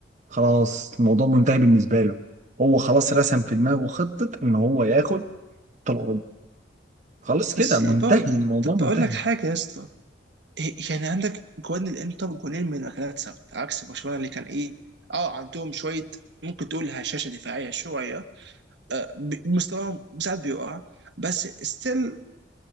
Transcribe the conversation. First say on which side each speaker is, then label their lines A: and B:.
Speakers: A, on the right; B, on the right.
A: خلاص الموضوع منتهي بالنسبة له هو خلاص رسم في دماغه خطة إن هو ياخد أبطال أوروبا خلاص
B: بس
A: كده منتهي
B: برضه
A: الموضوع
B: طب
A: منتهي
B: بقول لك حاجه يا اسطى إيه- يعني عندك جوان الانتر جونين من ركلات ثابته عكس برشلونه اللي كان ايه اه عندهم شويه ممكن تقول هشاشه دفاعيه شويه آه، بي- مستواهم ساعات بيقع بس ستيل